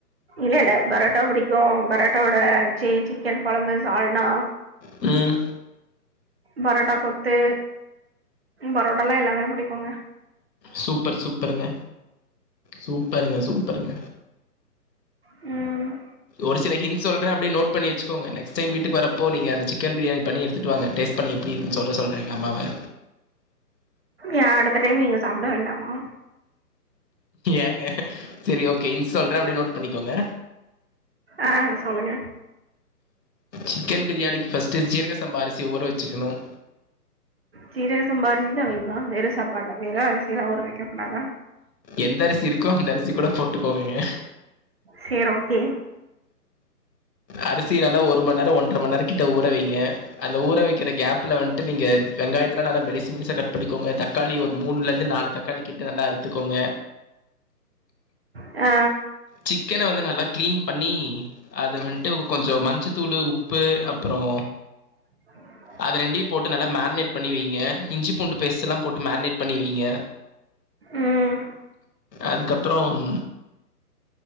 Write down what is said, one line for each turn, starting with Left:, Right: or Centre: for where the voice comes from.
Right: இல்ல இல்ல பரோட்டா புடிக்கு பரோட்டாவோட சிக்கன் கொழம்பு சால்னா
Left: ம்
Right: பரோட்டா கொத்து பரோட்டால எல்லாமே புடிக்குங்க
Left: சூப்பர் சூப்பருங்க சூப்பருங்க சூப்பருங்க
Right: ம்
Left: ஒரு சில கின்சு சொல்றே அப்டியே நோட் பண்ணி வச்சுக்கோ நெக்ஸ்ட் டைம் வீட்டுக்கு வரப்ப நீங்க அந்த சி க்கன் பிரியாணி பண்ணி எடுத்துட்டு வாங்க டேஸ்ட் பண்ணி எப்டி இருக்குன்னு சொல்ல சொல்றே எங்க அம்மாவ
Right: ஏ அடுத்த டைம் நீங்க சாப்ட வேண்டாமா
Left: ஏங்க சரி ஓகே இன் சொல்றே அப்டியே நோட் பண்ணிக்கோங்க
Right: ஆ சொல்லுங்க
Left: சிக்கன் பிரியாணிக்கு ஃபர்ஸ்ட்டு ஜீரக சம்பா அரிசிய ஊர வச்சுக்கணும்
Right: சீரக சம்பா அரிசி தா வேணுமா வெறு சாப்பாட்ல வெறு அரிசில ஊற வெக்கக்கூடாதா
Left: எந்த அரிசி இருக்கோ அந்த அரிசிகுட போட்டுகோங்கக
Right: சேர் ஓகே
Left: அரிசி நல்லா ஒரு மண் நேர ஒன்றர மண் நேர கிட்ட ஊற வைங்க அந்த ஊற வைக்கிற கேப்ல வன்ட்டு நீங்க வெங்காயத்த நல்லா மெலிசு மெலிசா கட் பண்ணிகோங்க தக்காளி ஒரு மூண்ல இருந்து நாலு தக் காளிகிட்டு நல்லா அறுத்துக்கோங்க
Right: ஆ
Left: சிக்கன வந்து நல்லா க்ளீன் பண்ணீ அது வன்ட்டு கொஞ்ச மஞ்சதூளு உப்பு அப்றோ
Right: <unintelligible>
Left: அத ரெண்டியு போட்டு நல்லா மேன்னேட் பண்ணி வைங்க இஞ்சி பூண்டு பேஸ்ட்லா போட்டு மேன்னேட் பண்ணி வைங்க
Right: ம்
Left: அதுக்கப்றோம்